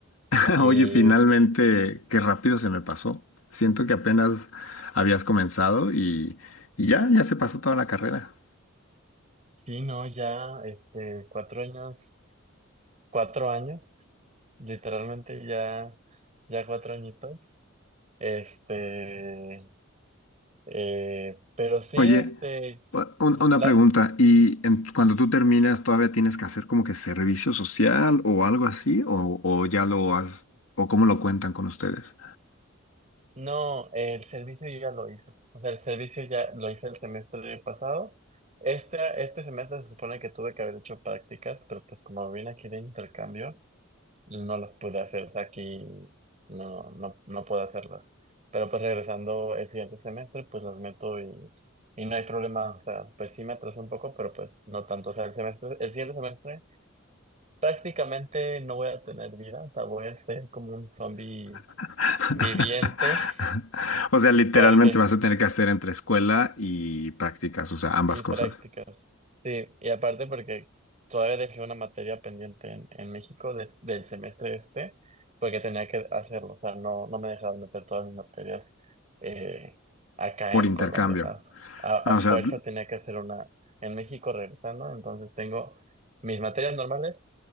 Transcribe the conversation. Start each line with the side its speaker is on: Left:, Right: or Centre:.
Left: <laughs>
Right: Y
Left: Oye, finalmente, qué rápido se me pasó. Siento que apenas habías comenzado y, y ya, ya se pasó toda la carrera.
Right: sí, no, ya, este, cuatro años, cuatro años, literalmente ya, ya cuatro añitos. Este, eh, pero sí,
Left: Oye,
Right: este,
Left: u- un-
Right: la,
Left: una pregunta, ¿y en- cuando tú terminas todavía tienes que hacer como que servicio social o algo así? ¿O, o ya lo has, o cómo lo cuentan con ustedes?
Right: no, el servicio yo ya lo hice. O sea, el servicio ya lo hice el semestre pasado. Este, este semestre se supone que tuve que haber hecho prácticas, pero pues como vine aquí de intercambio. no las pude hacer, o sea, aquí no, no, no puedo hacerlas. Pero pues regresando el siguiente semestre, pues las meto y, y no hay problema, o sea, pues sí me atrasé un poco, pero pues no tanto, o sea, el semestre, el siguiente semestre prácticamente no voy a tener vida, o sea, voy a ser como un zombie
Left: <laughs>
Right: viviente,
Left: O sea, literalmente
Right: porque
Left: vas a tener que hacer entre escuela y prácticas, o sea, ambas
Right: Y
Left: cosas,
Right: prácticas. Sí, y aparte porque todavía dejé una materia pendiente en, en México de del semestre este, porque tenía que hacerlo, o sea, no, no me dejaban meter todas mis materias eh, acá
Left: por
Right: en
Left: intercambio.
Right: Colombia, o sea, a,
Left: Ah,
Right: a fuerza
Left: o sea,
Right: tenía que hacer una en México regresando, entonces tengo mis materias normales,